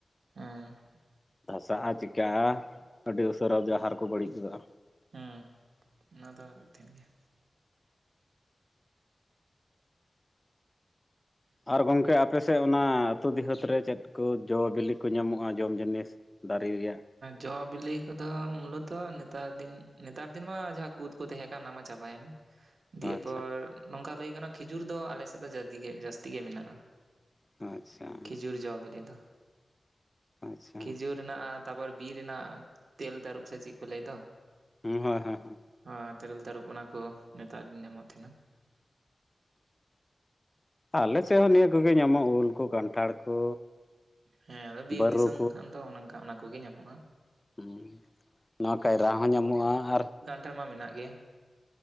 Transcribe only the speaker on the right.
ᱦᱮᱸ
ᱦᱮᱸ ᱚᱱᱟᱫᱚ ᱴᱷᱤᱠ ᱜᱮᱭᱟ᱾
ᱡᱚ ᱵᱤᱞᱤ ᱠᱚᱫᱚ ᱢᱩᱞᱚᱛᱚ ᱱᱮᱛᱟᱨ ᱫᱤᱱ ᱱᱮᱛᱟᱨ ᱫᱤᱱ ᱢᱟ ᱡᱟᱦᱟᱸ ᱠᱩᱫ ᱠᱚ ᱛᱟᱦᱮᱸ ᱠᱟᱱᱟ ᱚᱱᱟ ᱢᱟ ᱪᱷᱟᱵᱟᱭᱮᱱᱟ᱾ ᱫᱤᱭᱮᱯᱚᱨ
ᱱᱚᱝᱠᱟ ᱞᱟᱹᱭ ᱜᱟᱱᱚᱜ-ᱟ ᱠᱷᱤᱡᱩᱨ ᱫᱚ ᱟᱞᱮ ᱥᱮᱫ ᱫᱚ ᱡᱟᱫᱤ ᱜᱮ ᱡᱟᱹᱥᱛᱤ ᱜᱮ ᱢᱮᱱᱟᱜᱼᱟ᱾
ᱠᱷᱤᱡᱩᱨ ᱡᱚ ᱵᱤᱞᱤ ᱫᱚ
ᱠᱷᱤᱡᱩᱨ ᱨᱮᱱᱟᱜ ᱟᱨ ᱛᱟᱯᱚᱨ ᱵᱤᱨ ᱨᱮᱱᱟᱜ ᱛᱮᱞ ᱛᱟᱹᱨᱩᱵ ᱥᱮ ᱪᱮᱫ ᱠᱚ ᱞᱟᱹᱭ ᱫᱚ?
ᱟᱨ ᱛᱮᱨᱮᱞ ᱛᱟᱹᱨᱩᱵ ᱚᱱᱟ ᱠᱚ ᱱᱮᱛᱟᱨ ᱫᱤᱱ ᱧᱟᱢᱚᱜ ᱛᱟᱦᱮᱱᱟ᱾
ᱦᱮᱸ ᱵᱤᱨ
ᱫᱤᱥᱚᱢ ᱠᱷᱟᱱ ᱫᱚ ᱚᱱᱮ ᱚᱝᱠᱟ ᱚᱱᱟ ᱠᱚᱜᱮ ᱧᱟᱢᱚᱜᱼᱟ᱾
ᱱᱮᱛᱟᱨ ᱢᱟ ᱢᱮᱱᱟᱜ ᱜᱮ